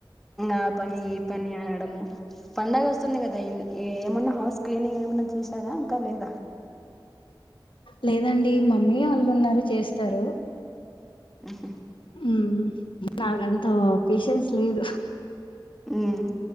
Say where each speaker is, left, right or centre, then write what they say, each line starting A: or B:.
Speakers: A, in the centre; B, on the left.
A: ఆ పని ఈ పని అనడము పండగ వస్తుంది కదా ద ఏమన్నా హౌస్ క్లీనింగ్ ఏమన్నా చేశారా ఇంకా లేదా
B: లేదండి మమ్మీ వాళ్ళు ఉన్నారు చేస్తారు
A: ఆహ
B: ఉమ్మ్ నాకంత పేషెన్స్ లేదు
A: ఉమ్మ్